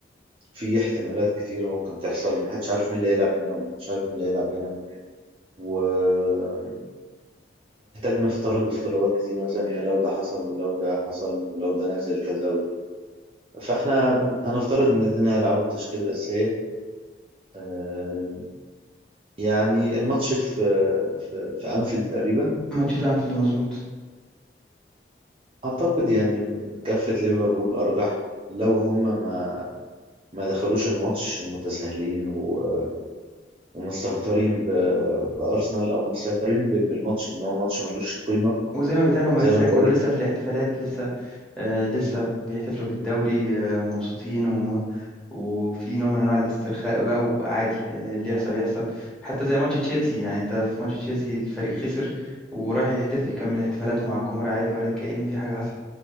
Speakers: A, on the right (about 30°); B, in the centre.
A: في احتمالات كتير ممكن تحصل محدش عارف مين اللي هيلعب هنا ومحدش عارف مين اللي هيلعب هنا وهنحتاج نفترض افتراضات كتير مثلا ان لو ده حصل ولو ده حصل ولو ده نزل كذا و... فاحنا هنفترض ان الاتنين هيلعبوا بالتشكيلة الأساسية آه، يعني الماتش في في في أنفيلد تقريبا
B: ماتش في انفيلد مظبوط
A: أعتقد يعني كفة ليفربول أرجح لو هم ما ما دخلوش الماتش متساهلين و... ومستهترين ب... بأرسنال أو مستهترين ب... بالماتش إن هو ماتش ملوش قيمة
B: وزي ما بيتقال هما
A: زي
B: لسه
A: ما أنت
B: هيكونوا
A: قلت
B: لسه في الاحتفالات لسه آه، لسه بيحتفلوا بالدوري آه، مبسوطين وفي نوع من انواع الاسترخاء بقى وعادي آه، اللي يحصل يحصل حتى زي ماتش تشيلسي يعني انت في ماتش تشيلسي الفريق خسر ورايح يحتفل يكمل احتفالاته مع الجمهور عادي ولا كأن في حاجة حصلت